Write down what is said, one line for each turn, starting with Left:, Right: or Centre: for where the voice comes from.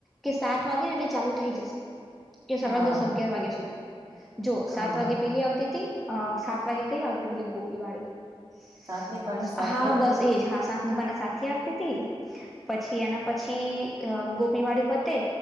Centre: કે સાત વાગે ને એટલે ચાલુ થઈ જશે કે સાડા
Right: હા
Centre: દસ અગિયાર વાગ્યા સુધી જો સાત
Right: હા
Centre: વાગે પેલી આવતી હતી અ સાત વાગે કઈ આવતી પેલી ગોપી વાડીી
Right: સાતની પાના સાથિયા
Centre: હા બસ એ જ હા સાની બના સા આપતી હતી પછી એના પછી ગોપી વાળી પોતે